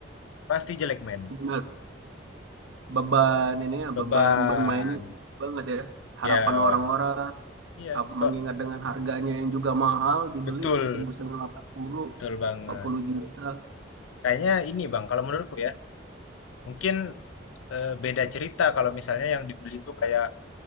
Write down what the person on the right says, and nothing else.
benar beban ini ya
beban bermainnya tinggi banget ya harapan
orang-orang
ap-
mengingat dengan harganya yang juga mahal dibeli
ditembus dengan 80
40 juta